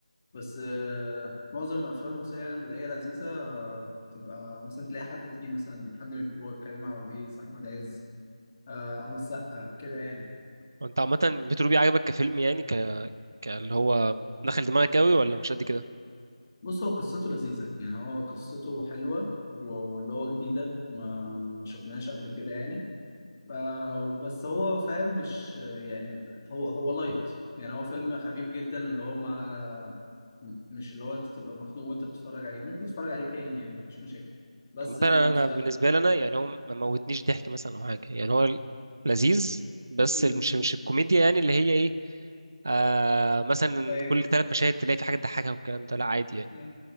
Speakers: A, on the left; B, on the right.
A: بس آه، معظم الافلام المصرية يعني بلاقيها لذيذة آه، تبقى مثلا تلاقي حد تقيل مثلا حد من الكبار كريم عبد العزيز احمد عز آه، احمد السقا كده يعني
B: هو انت عامة بيت الروبي عجبك كفيلم يعني ك... ك- اللي هو دخل دماغك قوي ولا مش قد كده؟
A: بص هو قصته لذيذة يعني هو قصته حلوة واللي هو جديدة ما ما شفناهاش قبل كده يعني آه، بس هو فاهم مش يعني هو هو لايت يعني هو فيلم خفيف جدا اللي هو ما مش اللي هو انت تبقى مخنوق وانت بتتفرج عليه ممكن تتفرج عليه تاني يعني مفيش مشاكل بس
B: عامة
A: لا
B: انا أنا
A: لا
B: بالنسبة لي انا يعني هو ما موتنيش ضحك مثلا او حاجة يعني هو لذيذ بس
A: امم
B: مش مش الكوميديا يعني اللي هي ايه آه مثلا
A: ايوه
B: كل ثلاث مشاهد تلاقي في حاجة تضحكها والكلام ده لا عادي يعني
A: أيوة.